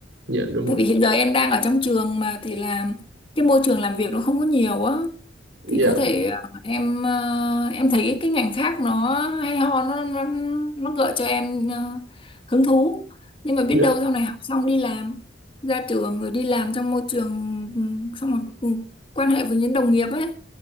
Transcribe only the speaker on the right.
dạ đúng
rồi
dạ
dạ